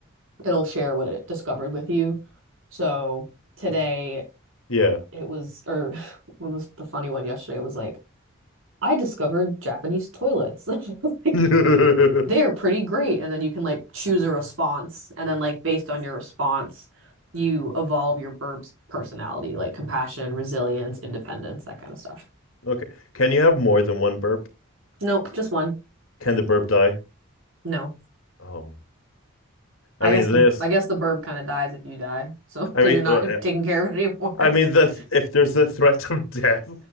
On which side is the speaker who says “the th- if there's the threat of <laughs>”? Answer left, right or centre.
Left